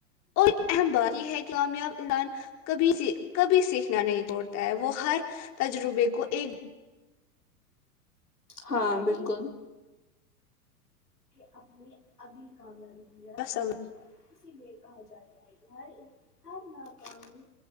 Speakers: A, on the left; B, on the left.
A: اور ایک اہم بات یہ ہے کہ کامیاب انسان کبھی کبھی سیکھنا نہیں توڑتا ہے وہ ہر تجربے کو ایک
B: ہاں بالکل اپنی اگلی کامیابی لیے سمجتا
A: سمجھ
B: اس لیے کہا جاتا ہے کہ ہر ہر ناکامی